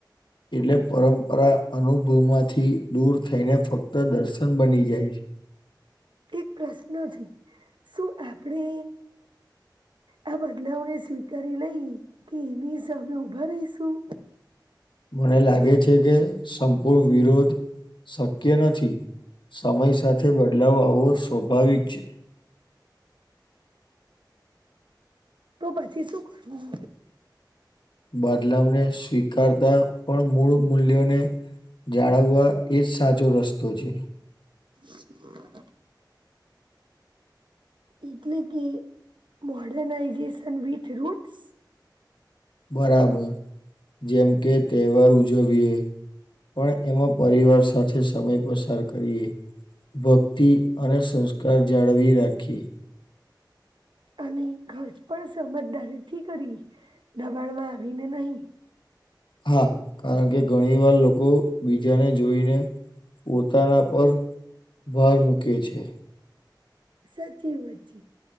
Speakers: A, on the left; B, on the right.
A: એટલે પરંપરા અનુભવમાંથી દૂર થઈને ફક્ત દર્શન બની જાય છે
B: એક પ્રશ્ન છે શું આપણે આ બદલાવને સ્વીકારી લઈ કે એની સામે ઉભા રહીશું
A: મને લાગે છે કે સંપૂર્ણ વિરોધ શક્ય નથી સમય સાથે બદલાવ આવવો સ્વાભાવિક છે
B: તો પછી શું કરવું
A: બદલાવને સ્વીકારતા પણ મૂળ મૂલ્યોને જાળવવા એજ સાચો રસ્તો છે
B: હ એટલે કે મોડનાઈઝેશન વિથ રૂટસ
A: બરાબર જેમ કે તહેવાર ઉજવીએ પણ એમાં પરિવાર સાથે સમય પસાર કરીએ ભક્તિ અને સંસ્કાર જાળવી રાખીએ
B: અને ખર્ચ પણ સમજદારીથી કરી દબાણમાં આવીને નહી
A: હા કારણ કે ઘણી વાર લોકો બીજાને જોઈને પોતાના પર ભાર મૂકે છે
B: સાચી વાચી